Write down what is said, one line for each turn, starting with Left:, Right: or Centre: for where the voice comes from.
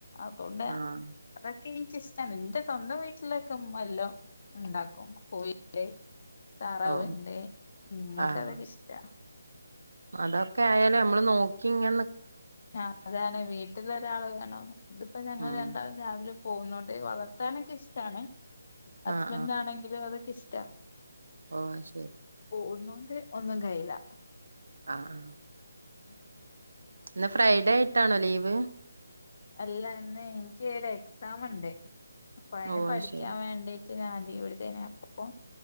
Left: അതുകൊണ്ട്
Right: ആഹ്
Left: അതൊക്കെ എനിക്കിഷ്ടാണ് ഇന്റെ സ്വന്തം വീട്ടിലൊക്കെ ഉമ്മ എല്ലും ഉണ്ടാക്കും കോഴിണ്ട് താറാവ്ണ്ട്
Right: ഓ
Left: മ്മക്ക്
Right: ആഹ്
Left: അതൊക്കെ ഇഷ്ടാ
Right: അതൊക്കെ ആയാലും നമ്മള് നോക്കി ഇങ്ങ
Left: ആഹ അതാണ് വീട്ടിൽ ഒരാൾ വേണം ഇതിപ്പോ ഞങ്ങൾ
Right: ഉം
Left: രണ്ടാൾ രാവിലെ പോകുന്നൊണ്ട് വളർത്താനൊക്കെ ഇഷ്ടാണ് ഹസ്ബൻഡാണെങ്കിലും
Right: ആഹ്
Left: അതൊക്കെ ഇഷ്ടാ
Right: ഓഹ ശെരി
Left: പോക്കുന്നൊണ്ട് ഒന്നും കഴില്ല
Right: ആഹ
Left: <inaudible>
Right: ഇന്ന് ഫ്രൈഡേ ആയിട്ടാണോ ലീവ്
Left: അല്ല ന്ന് എനിക്ക് ഒരു എക്സാം ഇണ്ട് അപ്പൊ അതിന്
Right: ഓ
Left: പഠിക്കാൻ
Right: അത് ശരി
Left: വേണ്ടി ഞാൻ ലീവ് എടുതെനാ അപ്പൊ